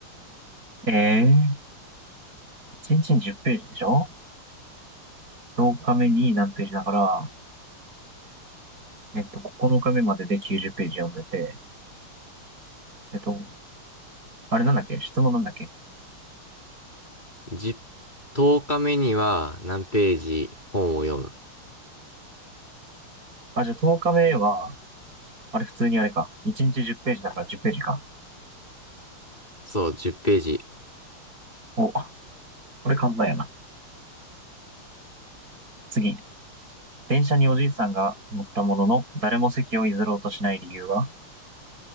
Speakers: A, on the right; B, on the left.
A: えー1日に10ページでしょ ?10 日目に何ページだから、えっと、9日目までで90ページ読んでて、えっと、あれなんだっけ質問なんだっけ
B: 10、日目には何ページ本を読む。
A: あ、じゃあ10日目は、あれ普通にあれか。1日10ページだから10ページか。
B: そう、10ページ。
A: お、あこれ簡単やな。次。電車におじいさんが乗ったものの、誰も席を譲ろうとしない理由は